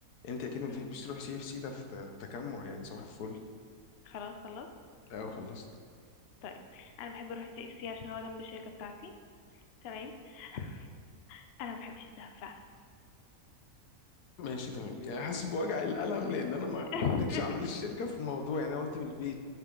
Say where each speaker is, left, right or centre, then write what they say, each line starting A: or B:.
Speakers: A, on the left (about 85°); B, on the left (about 60°).
A: انت اكيد ما بتحبيش
B: أمم.
A: تروحي سي اف سي ده في ت- تجمع يعني صباح الفل
B: خلاص خلاص
A: لا خلصت
B: طيب انا بحب اروح سي اف سي عشان هو جنب الشركه بتاعتي تمام <laughs> انا ما بحبش الدهب فعلا
A: ماشي تمام يعني حاسس بوجع القلم لان انا ما ما
B: <laughs>
A: حطيتش عامل الشركه في الموضوع يعني انا قلت من البيت